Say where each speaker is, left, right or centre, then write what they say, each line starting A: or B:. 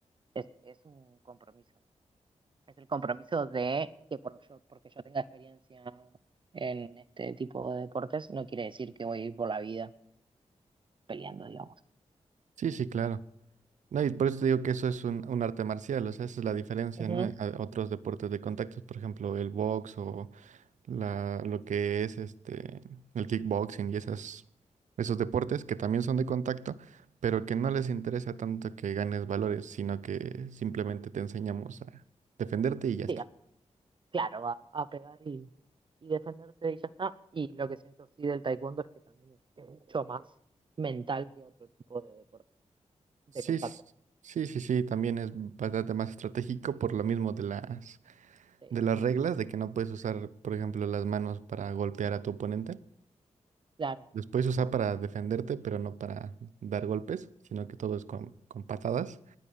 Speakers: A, on the right; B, on the right.
A: es, es un compromiso. Es el compromiso de que por yo, porque yo tenga experiencia en este tipo de deportes, no quiere decir que voy a ir por la vida peleando, digamos.
B: Sí, sí, claro. No, y por eso te digo que eso es un, un arte marcial, o sea, esa es la diferencia,
A: Ujú.
B: ¿no? A otros deportes de contactos, por ejemplo, el box o la, lo que es este, el kickboxing y esas, esos deportes que también son de contacto, pero que no les interesa tanto que ganes valores, sino que simplemente te enseñamos a defenderte y ya está.
A: Sí, claro, a, a pegar y, y defenderse y ya está. Y lo que siento sí del taekwondo es que también es, es mucho más mental que otro tipo de deporte, de
B: Sí,
A: contacto.
B: s- sí, sí, sí, también es bastante más estratégico por lo mismo de las,
A: Sí,
B: de las reglas, de que no puedes usar, por ejemplo, las manos para golpear a tu oponente.
A: claro,
B: Los puedes usar para defenderte, pero no para dar golpes, sino que todo es con, con patadas.